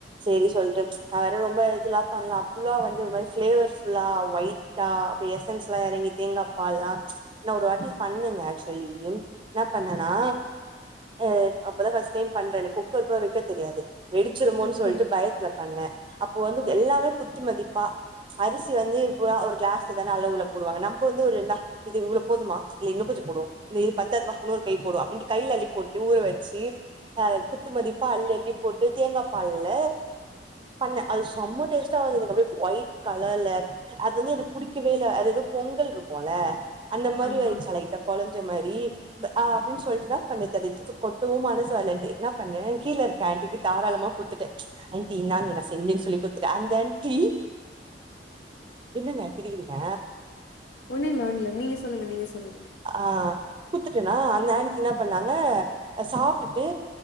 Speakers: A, on the right; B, on the left.
A: சரி சொல்லிட்டு நான் வேற ரொம்ப இததுல்லாம் பண்ணலாம் அப்போ எல்லா வந்து ஃப்ளேவர் ஃபுல்லா ஒயிட்டா எசன்ஸ் எல்லாம் இறங்கி தேங்காய பால் எல்லா நா ஒரு வாட்டி பண்ணுங்க ஆக்சுவலி என்ன பண்ணேனா அஹ அப்ப தான் ஃபர்ஸ்ட் டைம் பண்ணுறேங்க குக்கர் கூட வைக்க தெரியாது வெடிச்சிருமோன்னு
B: ஓகே
A: சொல்ட்டு பயத்துல பண்ணே அப்போ வந்து எல்லாமே குத்து மதிப்பா அரிசி வந்து இப்போ ஒரு க்ளாஸ்ல தானே அளவுள போடுவாங்க நம்ப வந்து ஒரு இந்தா இது இவ்ளோ போதுமா இல்லை இன்னு கொஞ்ச போடுவோ இந்த இது பாத்தது பா இன்னொரு கை போடுவோ அப்டிண்டு கையில அள்ளி போட்டு ஊற வெச்சி அத குத்து மதிப்பா அள்ளி அள்ளி போட்டு தேங்காபால்ல பண்ண அது செம டேஸ்ட்டா வந்ததுங்க அப்டியே ஒயிட் கலர்ல அது வந்து எனக்கு புடிக்கவே இல்ல அது ஏதோ பொங்கல்ற்ருக்கோள அந்த மாரி
B: ஆமா
A: ஆயிச்சா லைட்டா கொலைஞ்ச மாரி டி ஹ அப்டின்னு சொல்லிட்டு நா பண்ணத்து அது கொட்டவு மனசு வரல்ல எனக்கு என்ன பண்ணே கீலரு அந்த ஹண்ட்டிக்கி தாரலமா குத்துட்டே ஹண்ட்டி இந்தாங்க நா செஞ்சேன் சொல்லி குடுத்துட்டே அந் த ஹண்ட்டி என்னங்க சிரிக்கிறீங்க
B: ஒண்ணு இல்ல-ஒண்ணு இல்ல நீங்க சொல்லுங்க-நீங்க சொல்லுங்க
A: ஆ குத்துட்டேனா அந்த ஆன்டி என்ன பண்ணாங்க சாப்ட்டுட்டு